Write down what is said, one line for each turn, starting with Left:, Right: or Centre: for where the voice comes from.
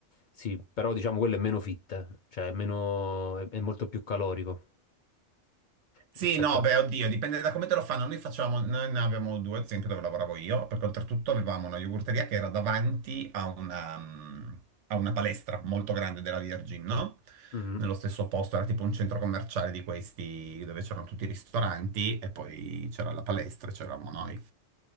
Left: sì, però diciamo quello è meno fit, cioè è, meno, è, è molto più calorico
Right: Sì,
Left: rispetto
Right: no,
Left: a...
Right: beh, oddio, dipende da come te lo fanno. Noi facevamo, noi ne avevamo due, ad esempio, dove lavoravo io, perché oltretutto avevamo una yogurteria che era davanti a una, mm, a una palestra molto grande della Virgin, no?
Left: Mm.
Right: Nello stesso posto, era tipo un centro commerciale di questi, dove c'erano tutti i ristoranti e poi c'era la palestra, e c'eravamo noi.